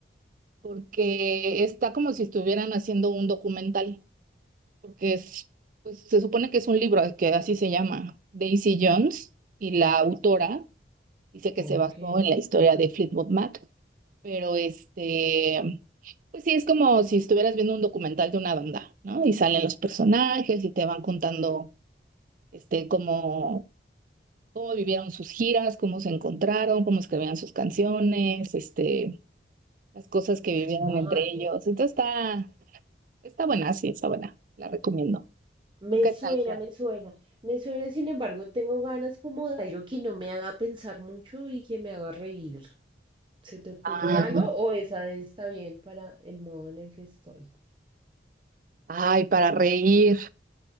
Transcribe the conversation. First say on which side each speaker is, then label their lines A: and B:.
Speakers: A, on the right; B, on the right.
A: porque está como si estuvieran haciendo un documental. porque es, pues, se supone que es un libro que así se llama, Daisy Jones, y la autora dice que
B: Ok,
A: se basó en la historia de Fleetwood Mac, pero este, pues sí, es como si estuvieras viendo un documental de una banda, ¿no? Y salen los personajes y te van contando este, cómo, cómo vivieron sus giras, cómo se encontraron, cómo escribían sus canciones, este, las cosas que vivieron
B: vale.
A: entre ellos. Entonces está, está buena, sí, está buena, la recomiendo.
B: Me
A: ¿Tú qué
B: suena,
A: tal,
B: me suena. Me suena, sin embargo, tengo ganas como de algo que no me haga pensar mucho y que me haga reír. ¿Se te ocurre
A: Kat?
B: algo o esa está bien para el modo en el que estoy?
A: Ay, para reír.